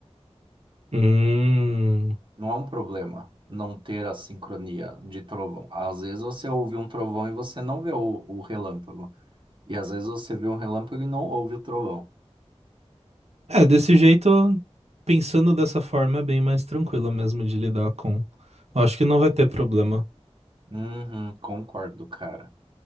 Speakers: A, on the right; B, on the right.
A: Hum.
B: Não é um problema não ter a sincronia de trovão. Às vezes você ouve um trovão e você não vê o, o relâmpago. E às vezes você vê um relâmpago e não ouve o trovão.
A: É, desse jeito, pensando dessa forma, é bem mais tranquilo mesmo de lidar com. Eu acho que não vai ter problema.
B: Uhum, concordo, cara.